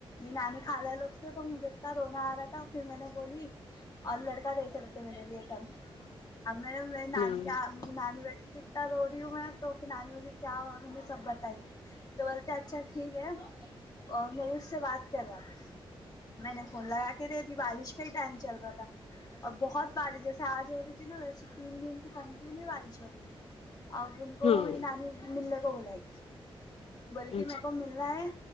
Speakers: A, on the left; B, on the left.
A: نانی کھالا لوگ سے تو مجھے اتنا رونا آ رہا تھا پھر میں نے بولی اور لڑکا دیکھے رہتے میرے لیے تب اب میں نے میری نانی
B: ہاں ہاں
A: کا نانی بیٹی تھی تو اتا رو رہی ہوں میں تو پھر نانی بولی کیا ہوا مجھے سب بتائی تو بولتا اچھا ٹھیک ہے اور میرے سے بات کرا میں نے فون لگا کے دے دی بارش کا ہی ٹائم چل رہا تھا اور بہت بارش جیسے آج ہو رہی نا ویسے تین دن سے کنٹینیو بارش ہو رہی تھی اب ان کو
B: ہاں
A: میں نانی ملنے کو بلائی بولی کے
B: اچھا
A: میرے کو ملنا ہے